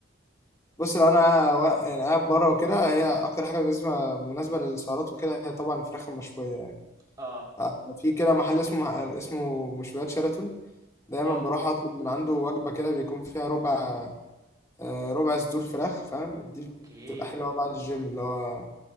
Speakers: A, on the left; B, on the right.
A: بص لو انا وا- يعني قاعد بره وكده هي اكتر حاجه بالنسبه مناسبه للسعرات وكده هي طبعا الفراخ المشويه يعني
B: اه
A: آه، في كده محل اسمه اسمه مشويات شيراتون دايما
B: اه
A: بروح اطلب من عنده وجبه كده بيكون فيها ربع آه، ربع صدور فراخ فاهم دي
B: اوكي
A: بتبقى حلوه بعد الجيم اللي هو